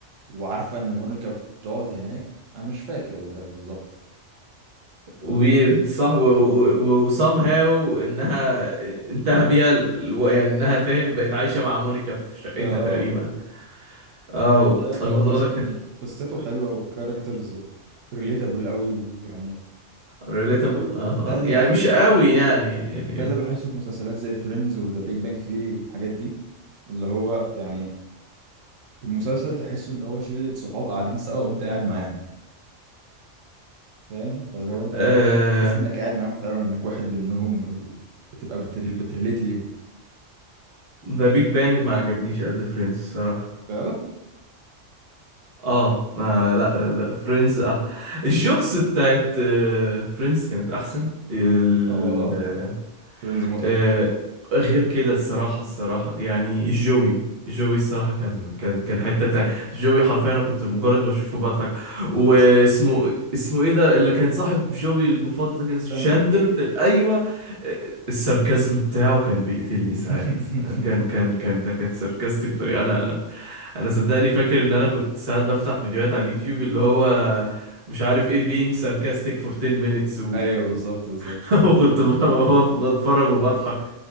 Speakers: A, on the right; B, on the right.
A: وعارفه ان مونيكا بتقعد هناك انا مش فاكر والله بالظبط
B: ويرد صح و هاو انها انتهى بيها ال... الو- يعني انها فاهم بقت عايشة مع مونيكا في شقتها
A: اه
B: تقريبا اه
A: والله بتاع
B: الموضوع
A: ده قصة
B: ده كان
A: يعني قصته حلوة والكاركترز ريليتابل قوي ويعني
B: ريليتابل اه
A: ده اللي
B: يعني
A: بحسه
B: مش قوي
A: في فكرة
B: يعني
A: ال-
B: يعني
A: ده اللي بحسه في مسلسلات زي فريندز وذا بيج بانج ثيري والحاجات دي اللي هو يعني المسلسل تحسه ان هو شلة صحاب قاعدين سوا وانت قاعد معاهم فاهم فاللي هو انت
B: آه
A: بتحس انك قاعد معاهم فعلا انك واحد منهم وبتبقى بتري- بتريليت ليهم
B: ذا بيج بانج ما عجبنيش قد فريندز الصراحة
A: فعلا
B: اه ما
A: من أي
B: لا
A: ناحية
B: فريندز اه الجوكس بتاعت فريندز كانت احسن ال...
A: اه اه فريندز مضحك
B: آه،
A: اكتر
B: غير كده الصراحة الصراحة يعني جوي جوي الصراحة كان كان كان حتة تانية جوي حرفيا أنا كنت مجرد ما أشوفه بضحك
A: من
B: واسمه
A: شخصية
B: اسمه إيه ده اللي كان صاحب جوي المفضل ده كان اسمه
A: شاندلر
B: شاندر ت- أيوه آه، الساركازم بتاعه كان بيقتلني ساعات
A: <laughs>
B: آه، كان كان كان ده كان ساركاستيك بطريقة أنا أنا أنا صدقني فاكر إن أنا كنت ساعات بفتح فيديوهات على اليوتيوب اللي هو مش عارف إيه being sarcastic for 10 minutes
A: ايوه بالظبط بالظبط
B: <laughs> وكنت ب- ب- بتفرج وبضحك